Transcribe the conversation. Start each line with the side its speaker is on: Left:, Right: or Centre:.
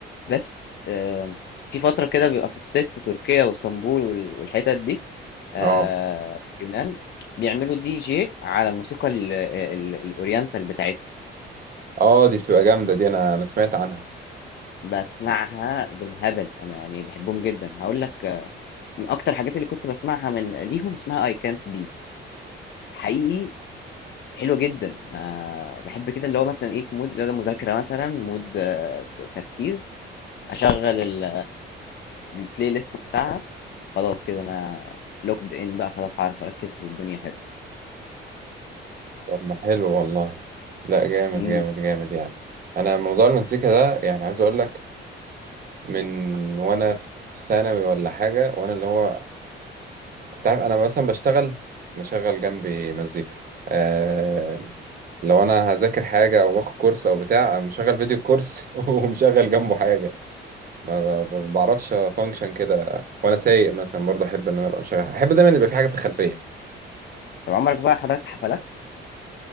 Left: بس آه، في فترة كده بيبقى في الصيف في تركيا واسطنبول وال- والحتت دي آه،
Right: اه
Left: في اليونان بيعملوا دي جي على الموسيقى ال- ال- الأورينتال بتاعتهم
Right: اه دي بتبقى جامدة دي انا انا سمعت عنها
Left: بسمعها بالهبل أنا يعني بحبهم جدا هقول لك آه، من أكتر الحاجات اللي كنت بسمعها من ليهم اسمها I can't be حقيقي حلوة جدا آه، بحب كده اللي هو مثلا إيه في مود اللي هو مذاكرة مثلا مود آه، ت- تركيز اشغل ال- البلاي ليست بتاعها خلاص كده انا لوكد ان بقى خلاص هعرف اركز والدنيا حلوه
Right: طب ما حلو والله لا جامد
Left: امم
Right: جامد جامد يعني انا موضوع المزيكا ده يعني عايز اقول لك من وانا في ثانوي ولا حاجة وانا اللي هو انت عارف انا مثلا بشتغل مشغل جنبي مزيكا آه لو انا هذاكر حاجه او باخد كورس او بتاع أنا مشغل فيديو كورس <laughs> ومشغل جنبه حاجه ما ما- ما بعرفش فانكشن كده وانا سايق مثلا برضه احب ان انا ابقى مشغل احب دايما يبقى في حاجه في الخلفيه
Left: طب عمرك بقى حضرت حفلات